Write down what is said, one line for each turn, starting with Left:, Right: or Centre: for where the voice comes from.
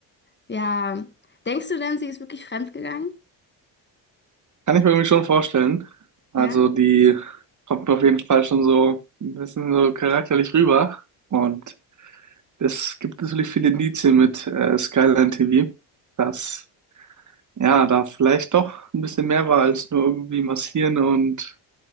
Left: Ja, denkst du denn, sie ist wirklich fremdgegangen?
Right: Kann ich mir irgendwie schon vorstellen. Also
Left: Ja?
Right: die kommt mir auf jeden Fall schon so ein bisschen so charakterlich rüber. Und es gibt natürlich viele Indizien mit äh, Skyline TV, dass ja da vielleicht doch ein bisschen mehr war als nur irgendwie massieren und